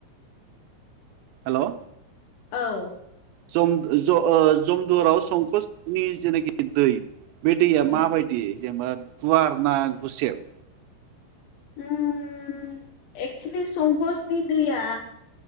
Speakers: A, on the right; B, on the left.
A: हेल'
B: औ
A: जम ज जमदुवाराव संकसनि जेनाखि दै बे दैया
B: उम
A: माबायदि जेनेबा गुवार ना गुसेब
B: उम एक्सूलि संकसनि दैया